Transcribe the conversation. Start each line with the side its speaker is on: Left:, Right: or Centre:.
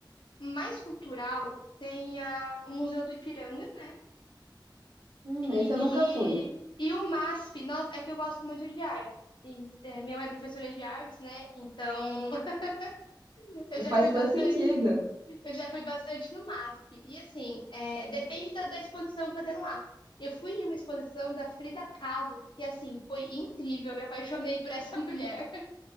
Left: Mais cultural tem a, o Museu do Ipiranga, né?
Right: Hum,
Left: E,
Right: esse eu nunca fui.
Left: e o MASP, nossa, é que eu gosto muito de artes. E, é, minha mãe é professora de artes, né? Então <laughs> eu já
Right: Faz
Left: fui bastante,
Right: todo sentido.
Left: eu já fui bastante no MASP. E assim, é, depende da, da exposição que eu tenho lá. Eu fui em uma exposição da Frida Kahlo, que assim, foi incrível, eu me apaixonei por essa <laughs> mulher.